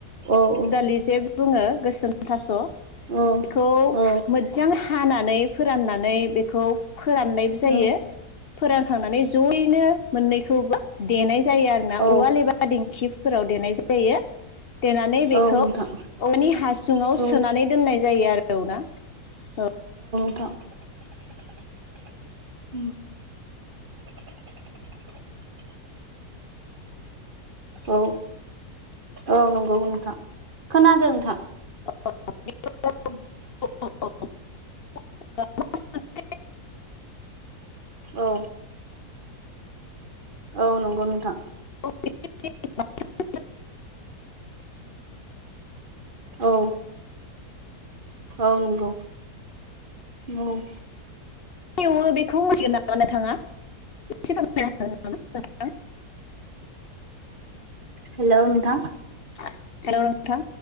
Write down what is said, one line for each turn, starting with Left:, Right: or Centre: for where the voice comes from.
Right: औ औ।
Left: बिसेे बुङो गोसोम थास
Right: औ
Left: बेखौ
Right: औ
Left: मोजां हानानै फोराननानै बेखौ फोराननायबो जायो
Right: नोंथां
Left: फोरानखांनानै जयैनो मोननैखौबो देनाय जायो आरोना
Right: औ
Left: औवाल एबा दिंखि फोराव देनाय जायो देना
Right: औ
Left: खौ
Right: नोंथां
Left: औवानि हासुङाव
Right: औ
Left: सोनानै दोननाय जायो आरो औ ना औ।
Right: <unintelligible> औ। औ नंगौग नोंथां खोनादों नोंथां।
Left: <unintelligible>
Right: <inaudible>
Left: <unintelligible>
Right: औ औ नंगौ नोंथां।
Left: <unintelligible>
Right: औ औ नंगौ ओम।
Left: एवो बेखौ मिथिगोन नामा नोंथाङा एसेफोरमाय हागोन नामा?
Right: हेल नोंथां।
Left: हेल नों नोंथां